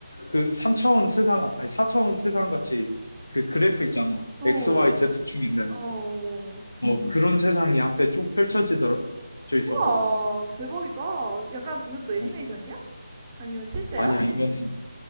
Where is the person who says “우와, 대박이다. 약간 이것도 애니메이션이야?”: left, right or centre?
Right